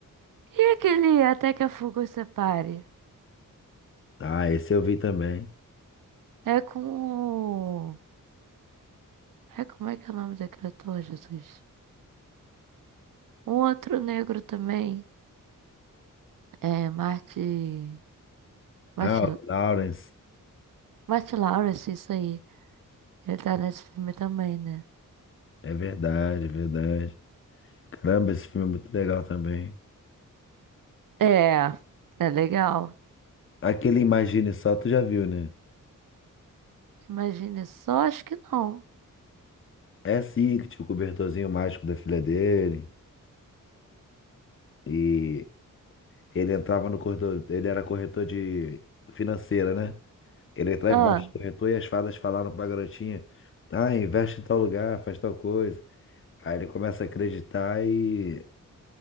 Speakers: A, on the right (about 80°); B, on the left (about 40°).
A: E aquele Até que a Fuga Os Separe?
B: Ah, esse eu vi também.
A: É com o... É, como é que é o nome daquele ator, Jesus? Um outro negro também. É, Marty... Marty...
B: Ah, o Lawrence.
A: Marty Lawrence, isso aí. Ele tá nesse filme também, né?
B: É verdade, é verdade. Caramba, esse filme é muito legal também.
A: É, é legal.
B: Aquele Imagine Só, tu já viu, né?
A: Imagine só, acho que não.
B: É sim, que tinha o cobertorzinho mágico da filha dele. E ele entrava no corretor. Ele era corretor de financeira, né? Ele atrás
A: Ah,
B: baixo do corretor e as fadas falaram pra garotinha: Ah, investe em tal lugar, faz tal coisa. Aí ele começa a acreditar e